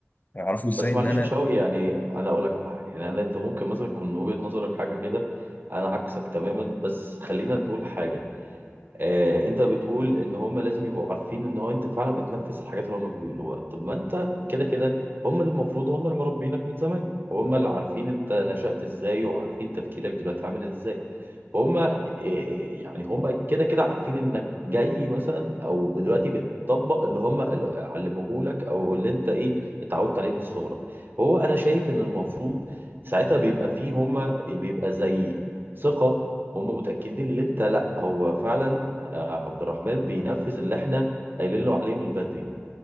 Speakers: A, on the left; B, on the right.
A: هيعرفوا إزاي
B: بس
A: إن
B: معلش
A: أنا
B: يا شوقي يعني انا اقول لك على حاجه يعني أنا- انت ممكن مثلا يكون وجهه نظرك حاجه كده انا عكسك تماما بس خلينا نقول حاجه آه، انت بتقول ان هم لازم يبقوا عارفين ان هو انت فعلا بتنفذ الحاجات اللي هم بيقولوها طب ما انت كده كده هم المفروض هم اللي مربينك من زمان هم اللي عارفين انت نشأت ازاي وعارفين تفكيرك دلوقتي عامل ازاي فهم آه، يعني هم كده كده عارفين انك جاي مثلا او دلوقتي بتطبق اللي هم علموه لك او اللي انت ايه اتعودت عليه من صغرك هو انا شايف ان المفروض ساعتها بيبقى فيه هم بيبقى زي ثقة هم متأكدين ان انت لا هو فعلا آه، عبد الرحمن بينفذ اللي احنا قايلين له عليه من بدري